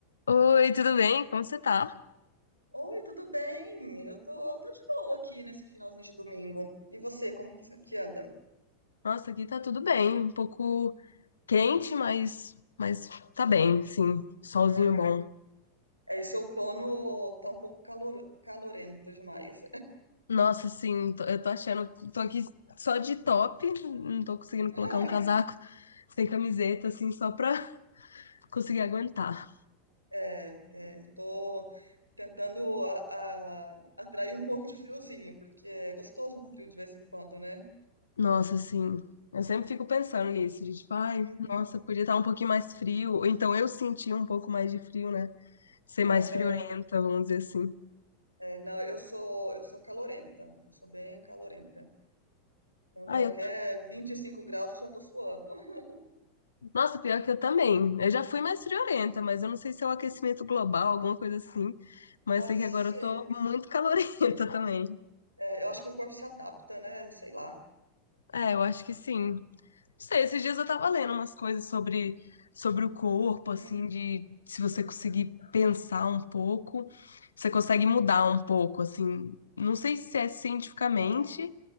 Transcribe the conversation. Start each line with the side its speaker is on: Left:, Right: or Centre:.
Left: Oi, tudo bem? Como você tá?
Right: Oi, tudo bem? Eu tô, tô de boa aqui nesse finalzinho de domingo. E você, como que, que anda?
Left: Nossa, aqui tá tudo bem. Um pouco quente, mas, mas tá bem, sim. Solzinho
Right: É,
Left: bom.
Right: é, esse outono tá um pouco calor, calorento demais.
Left: Nossa, sim, tô- eu tô achando. Tô aqui só de top, não tô conseguindo
Right: <laughs>
Left: colocar um casaco sem camiseta, assim, só pra <laughs> conseguir aguentar.
Right: É, é, eu tô tentando a- a- atrair um pouco de friozinho, porque é gostoso um frio de vez em quando, né?
Left: Nossa, assim. Eu sempre fico pensando nisso, de tipo, ai,
Right: Uhum,
Left: nossa, podia estar um pouquinho mais frio. Ou então eu senti um pouco mais de frio, né? Ser mais
Right: aham.
Left: friorenta, vamos dizer assim.
Right: É, não, eu sou, eu sou calorenta. Eu sou bem calorenta. Então,
Left: Ah,
Right: qualquer
Left: eu
Right: 25 graus eu já tô suando. <laughs>
Left: Nossa, pior que eu também. Eu já fui mais friorenta, mas eu não sei se é o aquecimento global, alguma coisa assim. Mas
Right: Pode
Left: sei que
Right: ser.
Left: agora eu tô muito calorenta <laughs> também.
Right: É, eu acho que o corpo se adapta, né? Sei lá.
Left: É, eu acho que sim. Não sei, esses dias eu tava lendo umas coisas sobre, sobre o corpo, assim,
Right: Hum,
Left: de se você conseguir pensar um pouco, você consegue mudar um pouco, assim. Não sei se é cientificamente,
Right: é,